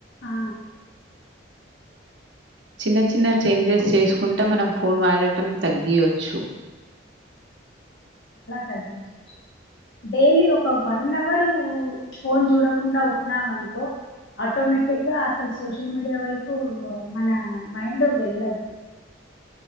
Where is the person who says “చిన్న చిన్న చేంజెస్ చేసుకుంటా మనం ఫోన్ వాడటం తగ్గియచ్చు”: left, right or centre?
Right